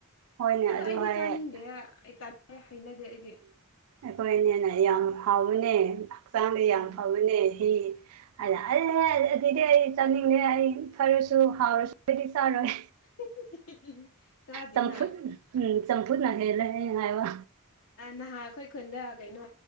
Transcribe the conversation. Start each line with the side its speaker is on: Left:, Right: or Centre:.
Right: ꯍꯣꯏꯅꯦ
Left: ꯑꯗꯣ
Right: ꯑꯗꯨ
Left: ꯑꯩꯗꯤ
Right: ꯍꯥꯏꯌꯦ
Left: ꯆꯥꯅꯤꯡꯗꯦ ꯑꯩ ꯍꯩꯅꯗꯦ ꯑꯩꯗꯤ
Right: ꯑꯩꯈꯣꯏ ꯑꯅꯦꯅ ꯌꯥꯝ ꯍꯥꯎꯕꯅꯦ ꯍꯛꯆꯥꯡꯗ ꯌꯥꯝ
Left: ꯎꯝ
Right: ꯐꯕꯅꯦ ꯍꯤ ꯑꯩꯅ ꯑꯜ ꯑꯗꯨꯗꯤ ꯑꯩ ꯆꯥꯅꯤꯡꯗ‌ꯦ ꯑꯩ ꯐꯔꯁꯨ ꯍꯥꯎꯔꯁꯨ ꯑꯩꯗꯤ ꯆꯥꯔꯣꯏ
Left: <unintelligible> ꯆꯥꯗꯦꯅ
Right: ꯆꯝꯐꯨꯠ ꯎꯝ ꯆꯝꯐꯨꯠꯅ ꯍꯦꯜꯂꯦ ꯍꯥꯏꯕ
Left: ꯅꯍꯥꯟ ꯑꯩꯈꯣꯏ ꯈꯨꯟꯗ ꯀꯩꯅꯣ